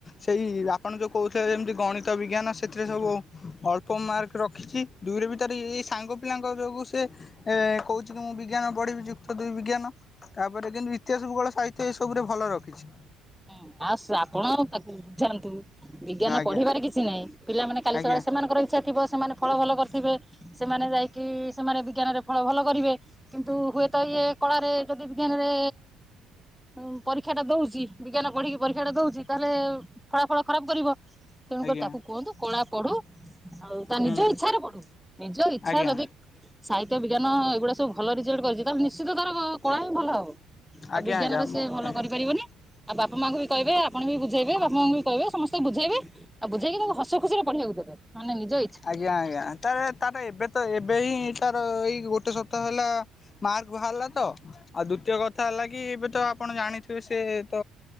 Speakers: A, on the left (about 35°); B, in the centre.
A: ସେଇ ଆପଣ ଯୋଉ କହୁଥିଲେ ଯେମିତି ଗଣିତ ବିଜ୍ଞାନ ସେଥିରେ ସବୁ ଅଳ୍ପ ମାର୍କ ରଖିଚି ଦୁଇରେ ବି ଏଇ ସାଙ୍ଗ ପିଲାଙ୍କ ଯୋଗୁ ସେ ଏ କହୁଚି କି ମୁଁ ବିଜ୍ଞାନ ପଢିବି ଯୁକ୍ତ ଦୁଇ ବିଜ୍ଞାନ ତାପରେ କିନ୍ତୁ ଇ ଇତିହାସ ଭୁଗୋଳ ସାହିତ୍ୟ ଏସବୁରେ ଭଲ ରଖିଛି।
B: ହୁଁ ଆ ସ୍ରାପଣ ତାକୁ ବୁଝାନ୍ତୁ ବିଜ୍ଞାନ
A: ଆଜ୍ଞା
B: ପଢିବାରେ କିଛି ନାହିଁ ପିଲାମାନେ କାଲି
A: ଆଜ୍ଞା
B: ସକାଳେ ସେମାନଙ୍କ ଇଛାଥିବ ସେମାନେ ଫଳ ଭଲ କରିଥିବେ ସେମାନେ ଯାଇକି ସେମାନେ ବିଜ୍ଞାନରେ ଫଳ ଭଲ କରିବେ କିନ୍ତୁ ହୁଏତ ଇଏ କଳାରେ ଯଦି ବିଜ୍ଞାନରେ ଉମ୍ ପରୀକ୍ଷା ଟା ଦଉଚି ବିଜ୍ଞାନ ପଢିକି ପରୀକ୍ଷା ଟା ଦଉଚି ତାହେଲେ ଫଳାଫଳ ଖରାପ କରିବ ତେଣୁକରି
A: ଆଜ୍ଞା
B: ତାକୁ କୁହନ୍ତୁ କଳା ପଢୁ ଆଉ ତା
A: ହୁଁ
B: ନିଜ ଇଚ୍ଛାରେ ପଢୁ। ନିଜ ଇଚ୍ଛା
A: ଆଜ୍ଞା
B: ଯଦି ସାହିତ୍ୟ ବିଜ୍ଞାନ ଏଗୁଡା ସବୁ ଭଲ ରେଜଲ୍ଟ କରିଚି ତାହେଲେ ନିଶ୍ଚିତ ତାର କଳା ହିଁ ଭଲ ହବ। ଆଉ
A: ଆଜ୍ଞା
B: ବିଜ୍ଞାନରେ
A: ଆଜ୍ଞା ମୁଁ
B: ସେ ଭଲ କରିପାରିବନି ଆଉ ବାପା ମାଙ୍କୁ ବି କହିବେ ଆପଣ ବି ବୁଝେଇବେ ବାପା ମାଙ୍କୁ ବି କହିବେ ସମସ୍ତେ ବୁଝେଇବେ ଆଉ ବୁଝେଇକି ତାଙ୍କୁ ହସ ଖୁସିରେ ପଢିବାକୁ ଦେବେ ନ ହେଲେ ନିଜେ
A: ଆଜ୍ଞା ଆଜ୍ଞା ତରେ ତାର ଏବେ ତ ଏବେ ହିଁ ତାର ଏଇ ଗୋଟେ ସପ୍ତାହ ହେଲା ମାର୍କ ବାହାରିଲା ତ ଆଉ ଦ୍ଵିତୀୟ କଥା ହେଲା କି ଏବେ ତ ଆପଣ ଜାଣିଥିବେ ସେ ତ